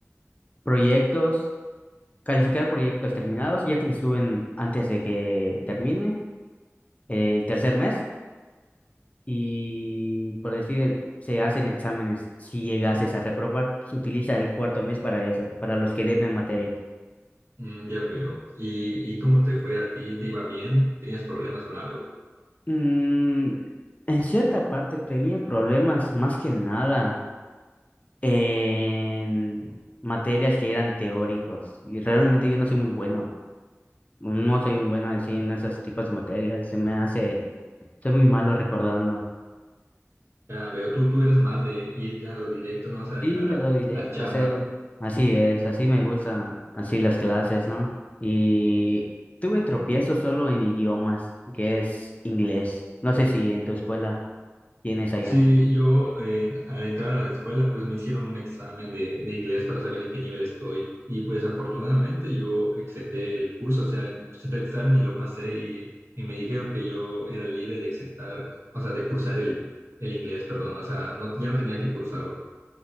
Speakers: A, on the left; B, on the right.
A: proyectos, calificar proyectos terminados, ya que te suben antes de que termine el tercer mes y por decir, se hacen exámenes si llegases a reprobar. Se utiliza el cuarto mes para eso, para los que deben materias.
B: Mm, ya veo. ¿Y, y cómo te fue a ti? ¿Te iba bien? ¿Tenías problemas con algo?
A: Mm, en cierta parte tenía problemas más que nada en materias que eran teóricos. Y realmente yo no soy muy bueno. No soy muy bueno así en esos tipos de materias. Se me hace, soy muy malo recordando.
B: Ya veo, tú, tú eres más de ir ya a lo directo, no, o sea,
A: Sí,
B: ir a la,
A: a lo directo,
B: a la chamba.
A: hacerlo. Así es, así me gustan, así las clases, ¿no? Y tuve tropiezos solo en idiomas, que es inglés. No sé si en tu escuela tienes allá.
B: Sí, yo eh, al entrar a la escuela, pues me hicieron un examen de, de inglés para saber en qué nivel estoy. Y pues afortunadamente yo exenté el curso, o sea, exenté el examen y lo pasé y, y me dijeron que yo era libre de exentar, o sea, de cursar el, el inglés, perdón, o sea, no, ya no tenía que cursarlo.